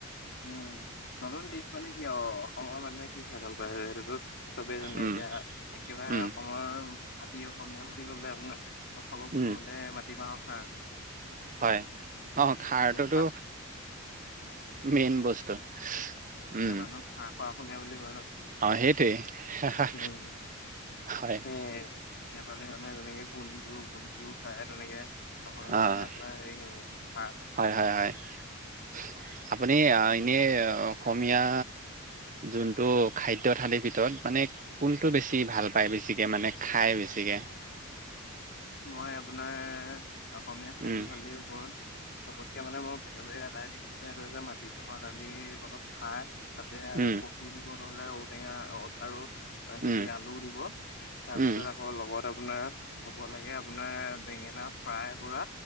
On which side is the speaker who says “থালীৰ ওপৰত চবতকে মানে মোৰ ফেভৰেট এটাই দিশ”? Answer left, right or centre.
Left